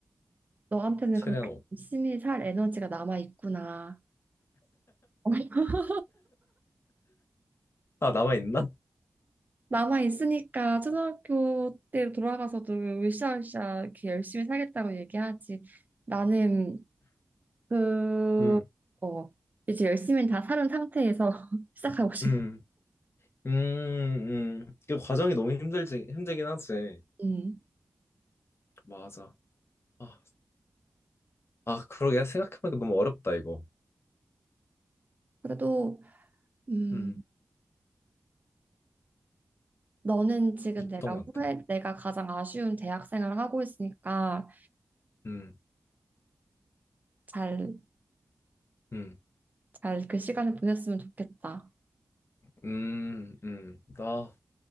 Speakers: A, on the right; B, on the left.
A: 너한테는
B: 최대한
A: 그렇게
B: 오-
A: 열심히 살 에너지가 남아 있구나. <laughs>
B: 아 남아 있나?
A: 남아 있으니까 초등학교 때로 돌아가서도 으쌰으쌰 이렇게 열심히 살겠다고 얘기하지. 나는 그,
B: 음,
A: 어, 이제 열심히 다 살은 상태에서 <laughs> 시작하고 싶어.
B: 음, 음, 음. 그 과정이 너무 힘들지 힘들긴 하지.
A: 음.
B: 맞아. 아, 아, 그러게 생각해보니까 너무 어렵다 이거.
A: 그래도 음,
B: 음,
A: 너는 지금
B: 어떤
A: 내가
B: 것 같아?
A: 후회, 내가 가장 아쉬운 대학 생활을 하고 있으니까
B: 음,
A: 잘,
B: 음,
A: 잘 그 시간을 보냈으면 좋겠다.
B: 음, 음. 나,